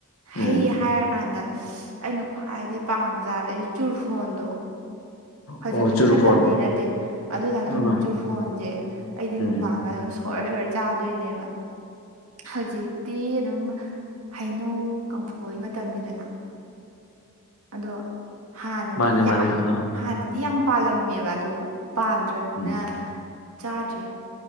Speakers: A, on the left; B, on the right.
A: ꯎꯝ
B: ꯍꯩ ꯍꯥꯏꯔꯀꯥꯟꯗ ꯑꯩꯅ ꯈ꯭ꯋꯥꯏꯗꯩ ꯄꯥꯝꯅ ꯆꯥꯕꯗ ꯑꯩꯗꯤ ꯆꯨꯔꯐꯣꯟꯗꯣ ꯍꯧꯖꯤꯛꯕꯨꯗꯤ
A: ꯑꯣ ꯆꯨꯔꯨꯐꯣꯟ
B: ꯃꯇꯝꯗꯤ ꯅꯠꯇꯦ ꯑꯗꯨ ꯑꯣꯢꯇꯔꯁꯨ
A: ꯑꯥ
B: ꯆꯨꯔꯐꯣꯟꯁꯦ ꯑꯩꯗꯤ
A: ꯎꯝ
B: ꯅꯨꯡꯗꯥꯡꯒ ꯑꯗꯨꯝ ꯁꯣꯏꯔ ꯁꯣꯏꯔ ꯆꯥꯗꯣꯏꯅꯦꯕ ꯍꯧꯖꯤꯛꯇꯤ ꯑꯗꯨꯝ ꯍꯩꯅꯧ ꯀꯝꯐꯣꯏ ꯃꯇꯝꯅꯤꯗꯅ ꯑꯗꯣ ꯍꯥꯟꯅꯗꯤ
A: ꯃꯥꯅꯦ
B: ꯌꯥꯝ
A: ꯃꯥꯅꯦ ꯑꯥ
B: ꯍꯥꯟꯅꯗꯤ ꯌꯥꯝ ꯄꯥꯜꯂꯝꯃꯦꯕ ꯑꯗꯣ ꯄꯥꯟꯗ꯭ꯔꯅꯤꯅ
A: ꯎꯝ
B: ꯆꯥꯗ꯭ꯔꯦ